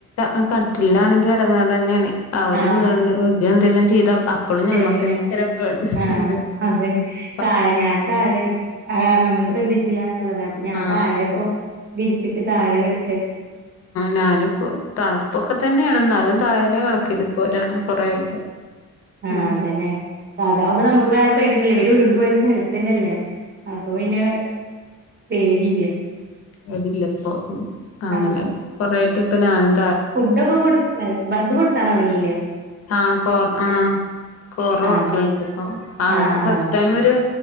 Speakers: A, on the left; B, on the right.
A: അ കട്ടിലാണെങ്കിൽ എടങേ റ് തന്നെയാണ് അവര്
B: ആ
A: വീണ് എന്തെങ്കിലും ചെയ്താ അപ്പളും
B: ശരിയന്നെ
A: ഞമ്മക്ക്ന്നെ തരാൻ കേണ്ട് <inaudible> <inaudible>
B: ആഹ് അതന്നെ
A: <unintelligible>
B: താഴെ ഞാന് താഴെ കെ ടുക്ക ആ് നമ്മള് ശ്രദ്ധിച്ചില്ല
A: ആഹ്
B: എന്നുള്ളത് അപ്പൊ ഞാൻ
A: ആഹ്
B: താഴെ
A: അതെ
B: ഇപ്പോവി രി ച്ചക്ക് താഴെ കിട
A: ഞാനി ഇപ്പോ തണുപ്പൊക്കെ തന്നെയാണ് ന്നാലും താഴ ന്നെ കടക്കല് കുറെ ആയിട്ട്
B: ആ
A: ഉം
B: അതന്നെ അതാ വുമ്പോ നമുക്ക് വേറെ പേടിയൊന്നുല്ല ഒരു ഉരുണ്ട് പോയത് നിലത്തന്നെല്ലേ അപ്പൊ പിന്നെ പേടില്ല
A: അരില്ല ഇപ്പൊ അങ്ങനെ
B: ആ
A: കൊറെ ആായിട്ട് ഇപ്പ ഞാന
B: ഫുഡൊക്കെ കൊടുക്കാൻ തുടങ്ങീല്ലേ
A: ആഹ കോർ ആഹ കോറ കൊടുക്കലണ്ട്പ്പൊ
B: ആഹ്
A: ആ
B: ആഹ്
A: അത് ഫസ്റ്റ്
B: ആഹ്
A: ടൈം ഒരു